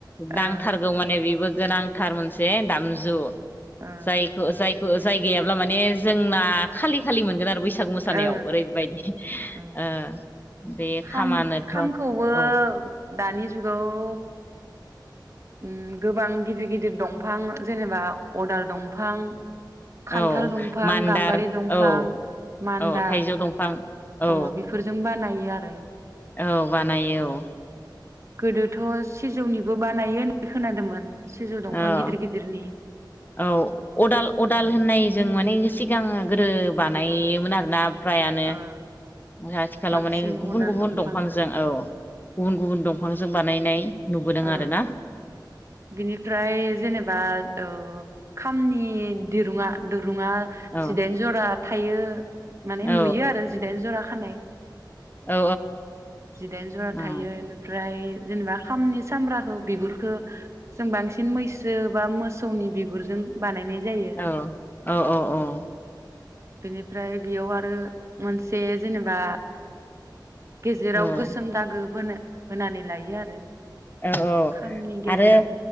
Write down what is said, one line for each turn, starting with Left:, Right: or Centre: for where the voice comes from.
Left: नांथारगौ
Right: ओ
Left: माने बेबो गोनांथार मोनसे दामजु।
Right: ओ
Left: जायखो जाय ओ जाय गैयाब्ला माने जोंना खालि खालि मोनगोन आरो बैस सागु मोसानायाव
Right: ओ
Left: ओरैबायदि
Right: औ
Left: ओ। बे
Right: खाम
Left: खामानोथ'
Right: खामखौबो
Left: औ
Right: दानि जुगाव उम गोबां गिदिर-गिदिर दं बिफां जेनेबा अदाल दं फां खान्थाल
Left: औ
Right: दंफां,
Left: मान्दार
Right: गामबारि दंफां,
Left: औ
Right: मान्दार
Left: औ थाइजौ
Right: अ
Left: दंफां औ
Right: बिफोरजों बा नायो आरो
Left: औ बानायो औ,
Right: गोदोथ' सिजौनिबो बानायो होननानै खोनादोंमोन। सिजौ दंफां
Left: औ,
Right: गिदिर गिदिरनि
Left: औ अदाल -अदाल
Right: उम
Left: होननाय जों माने सिगां गोदो बानायोमोन आरोना फ्रायानो
Right: ओ
Left: ओ आथिखालाव
Right: बांसिन
Left: माने गुबुन-गुबुन
Right: अदाल दंफां
Left: दंफांजों औ गुबुन-गुबुन दंफांजों बा बानायनाय नुबोदों
Right: ओ
Left: आरो ना
Right: बिनिफ्राय जेनेबा ओ खामनि दिरुङा दिरुङा
Left: औ
Right: जिदाइन जरा थायो। माने
Left: औ
Right: नुयो आरो जिदाइन जरा खानाय
Left: औ
Right: जिदाइन जरा थायो
Left: औ
Right: एनेफ्राय जेनेबा खामनि सामब्राखो बिुरखो जों बांसिन मैसो बा मोसौनि बिगुरजों बानायनाय जायो
Left: ओ औ-औ-औ
Right: बेनिफ्राय बेयाव आरो मोनसे जेनेबा गेजेराव
Left: औ औ
Right: गोसोम दागो बोनो होनानै लायो आरो
Left: औ-औ
Right: खामनि गेजेराव
Left: आरो